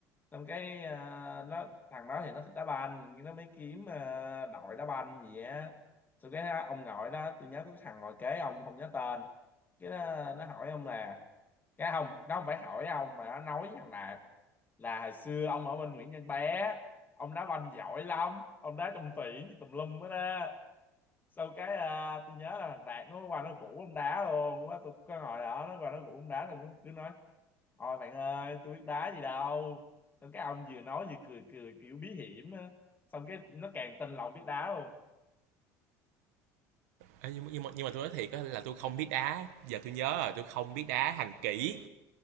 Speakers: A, on the left (about 25°); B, on the right (about 80°).
A: xong cái à, nó thằng đó thì nó thích đá banh nhưng nó mới kiếm à, đội đá banh gì á xong cái nó- ông ngồi đó tôi nhớ có cái thằng ngồi kế ông tôi không nhớ tên cái nó, nó hỏi ông là cái không nó không phải hỏi ông mà nó nói với thằng Đạt là hồi xưa ông ở bên Nguyễn Văn Bé ông đá banh giỏi lắm ông đá trong tuyển tùm lum hết á sau cái à, tôi nhớ là thằng Đạt nó qua nó rủ ông đá luôn lúc đó tôi có ngồi đó nó qua nó rủ ông đá thằng cứ nói Thôi bạn ơi, tôi biết đá gì đâu. Xong cái ông vừa nói vừa cười cười kiểu bí hiểm á. Xong cái nó càng tin lòng biết đá luôn.
B: Ê, nhưng, mà- nhưng mà nhưng mà tôi nói thiệt á là tôi không biết đá. Giờ tôi nhớ rồi, tôi không biết đá hàng kỹ.